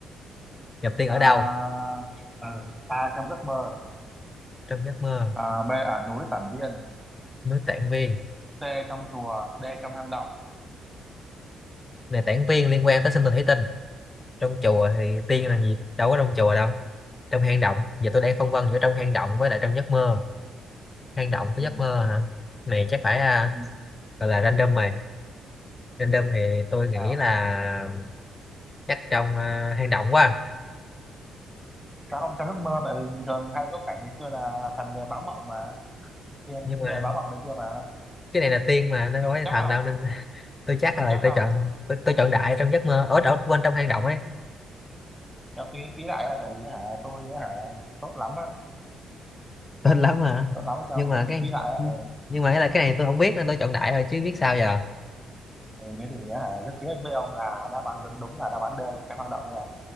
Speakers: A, on the left (about 25°); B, in the centre.
A: gặp tiên
B: à,
A: ở đâu
B: ờ a trong giấc mơ
A: trong giấc mơ
B: à, b ở núi Tản Viên
A: núi Tản Viên
B: c trong chùa d trong hang động
A: này Tản Viên liên quan tới sinh tồn thủy tinh trong chùa thì tiên làm gì đâu có trong chùa đâu trong hang động giờ tôi đang phân vân giữa trong hang động với lại trong giấc mơ hang động với
B: ừ.
A: giấc mơ hả này chắc phải à,
B: ừ.
A: gọi là random mày random thì tôi nghĩ
B: à
A: là chắc trong à, hang động quá
B: sao không trong giấc mơ tại vì bình thường hay có cảnh ngày xưa là thần về báo mộng mà tiên
A: nhưng
B: cũng
A: mà
B: về báo mộng này kia mà
A: cái này là tiên mà nó đâu phải
B: chắc
A: thần
B: không
A: đâu nên <laughs> tôi chắc
B: không
A: là
B: chắc
A: tôi
B: không
A: chọn tôi, tôi chọn đại trong giấc mơ ở ở quên trong hang động ấy
B: cho tôi nghĩ kỹ lại á, tại vì hả tôi hả tốt lắm á
A: tên lắm mà
B: tốt lắm cho
A: nhưng
B: tôi
A: mà
B: nghĩ
A: cái
B: kỹ lại á. ừ.
A: nhưng mà cái là cái này tôi không biết nên tôi chọn đại rồi chứ biết sao giờ
B: Ừ, thế thì á hả rất tiếc với ông là đáp án đúng, đúng là đáp án D trong hang động nha